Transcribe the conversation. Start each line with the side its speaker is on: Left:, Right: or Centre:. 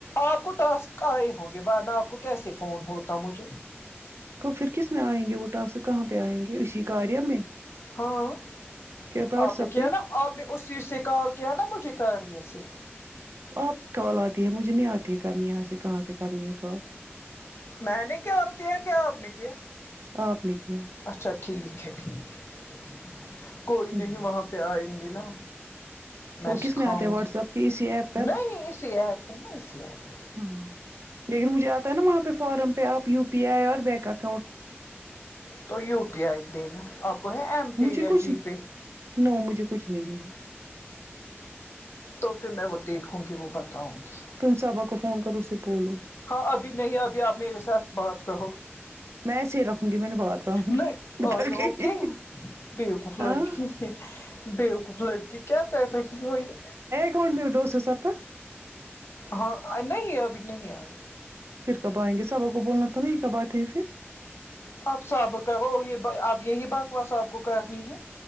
Left: آپ کو ٹاسک آئے ہوں گے ورنہ آپ کو کیسے فون ہوتا مجھے
Right: تو پھر کس میں آئیں گے وہ ٹاسک کہاں پہ آئیں گے اسی کاریہ میں
Left: ہاں
Right: کیا واٹس
Left: آپ نے
Right: ایپ
Left: کیا
Right: پہ
Left: نا آپ نے اس چیز سے کال کیا نا مجھے کاریہ سے
Right: آپ کال آتی ہے مجھے نہیں آتی ہے کرنی یہاں سے کہاں سے کرنی ہے کال
Left: میں نے کال کیا کے آپ نے کیا
Right: آپ نے کیا
Left: اچھا ٹھیک ہے ٹھیک ہے ٹھیک ہے کوئی
Right: ہوں
Left: نہیں وہاں پہ آئیں گے نا میں
Right: وہ کس
Left: سکھاؤں
Right: آتے ہیں واٹس
Left: گی
Right: ایپ کے اسی ایپ پر
Left: نہیں اسی ایپ میں ہے نا اسی ایپ
Right: ہاں لیکن مجھے آتا ہے نا وہاں پہ فارم پہ آپ یو پی آئی اور بیک اپ
Left: تو یو پی آئی دینا آپ کو ہے ایم پے
Right: مجھے
Left: یا
Right: کچھ
Left: جی پے
Right: نو مجھے کچھ نہیں ہے
Left: تو پھر میں وہ دیکھوں گی وہ بتاؤں گی
Right: تم صبا کو فون کرو اسے بولو
Left: ہاں ابھی نہیں ابھی آپ میرے ساتھ بات کرو
Right: میں ایسے ہی رکھوں گی میں نے بات کروں
Left: نہیں
Right: گی بتا
Left: آر یو
Right: گئی
Left: اوکے بوقوف
Right: ہاں
Left: لڑکی بیوقوف لڑکی کیا کررہی ہو یہ
Right: کون میرا دوست اسد نا
Left: ہاں نہیں ابھی نہیں آئے
Right: پھر کب آئیں گے صبا کو بولنا تھا نا یہ کب اتی ہے پھر
Left: آپ سب کہو یہ ب آپ یہی بات واں سب کو کرنی ہے